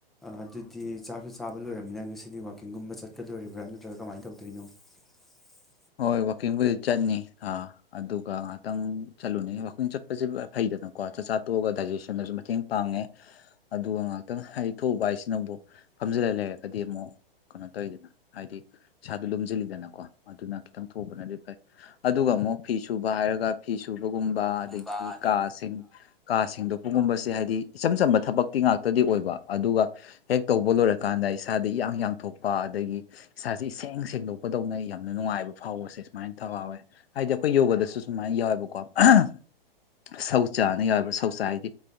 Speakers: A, in the centre; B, on the left (about 75°).
A: ꯑꯗꯨꯗꯤ ꯆꯥꯛꯁꯨ ꯆꯥꯕ ꯂꯣꯏꯔꯕꯃꯤꯅ ꯉꯁꯤꯗꯤ ꯋꯀꯤꯡꯒꯨꯝꯕ ꯆꯠꯀꯗꯣꯔꯤꯕ꯭ꯔꯥ ꯅꯠꯇ꯭ꯔꯒ ꯀꯃꯥꯏꯅ ꯇꯧꯗꯣꯏꯅꯣ <inaudible>
B: ꯍꯣꯏ ꯋꯥꯛꯀꯤꯡꯕꯨꯗꯤ ꯆꯠꯅꯤ ꯑꯥ ꯑꯗꯨꯒ ꯉꯍꯥꯛꯇꯪ ꯆꯠꯂꯨꯅꯤ ꯋꯥꯛꯀꯤꯡ ꯆꯠꯄꯁꯦ ꯐꯩꯗꯅꯀꯣ ꯆꯥꯛꯆꯥ ꯇꯣꯛꯑꯒ ꯗꯥꯏꯖꯦꯁꯟꯗꯁꯨ ꯃꯇꯦꯡ ꯄꯥꯡꯉꯦ ꯑꯗꯨꯒ ꯉꯥꯏꯍꯥꯛꯇꯪ ꯍꯥꯏꯗꯤ ꯊꯣꯛꯎꯕ ꯍꯥꯏꯁꯤꯅꯕꯨ ꯐꯝꯖꯤꯜꯂ ꯂꯩꯔꯒꯗꯤ ꯑꯃꯨꯛ ꯀꯩꯅꯣ ꯇꯧꯋꯤꯗꯅ ꯍꯥꯏꯗꯤ ꯏꯁꯥꯗ ꯂꯣꯝꯁꯤꯜꯂꯤꯗꯅꯀꯣ ꯑꯗꯨꯅ ꯈꯤꯇꯪ ꯊꯣꯛꯎꯕꯅꯗꯤ ꯐꯩ ꯑꯗꯨꯒ ꯑꯃꯨꯛ ꯐꯤ ꯁꯨꯕ ꯍꯥꯏꯔꯒ ꯐꯤ ꯁꯨꯕꯒꯨꯝꯕ ꯑꯗꯒꯤ
A: ꯒꯨꯝꯕ ꯑꯗꯩ
B: ꯀꯥ ꯁꯤꯡ ꯀꯥ ꯁꯦꯡꯗꯣꯛꯄꯒꯨꯝꯕꯁꯦ ꯍꯥꯏꯗꯤ ꯏꯆꯝ ꯆꯝꯕ ꯊꯕꯛꯇꯤ ꯉꯥꯛꯇꯗꯤ ꯑꯣꯏꯕ ꯑꯗꯨꯒ ꯍꯦꯛ ꯇꯧꯕ ꯂꯣꯏꯔꯀꯥꯟꯗ ꯏꯁꯥꯗ ꯏꯌꯥꯡ ꯌꯥꯡꯊꯣꯛꯄ ꯑꯗꯒꯤ ꯏꯁꯥꯁꯦ ꯏꯁꯦꯡ ꯁꯦꯡꯗꯣꯛꯄꯗꯧꯅ ꯌꯥꯝꯅ ꯅꯨꯡꯉꯥꯏꯕ ꯐꯥꯎꯕꯁꯦ ꯁꯨꯃꯥꯏꯅ ꯐꯥꯎꯋꯦ ꯍꯥꯏꯗꯤ ꯑꯩꯈꯣꯏ ꯌꯣꯒꯗꯁꯨ ꯁꯨꯃꯥꯏꯅ ꯌꯥꯎꯋꯦꯕꯀꯣ <unintelligible> ꯁꯧꯆꯥꯥꯅ ꯌꯥꯎꯋꯦꯕ ꯁꯧꯆꯥ ꯍꯥꯏꯗꯤ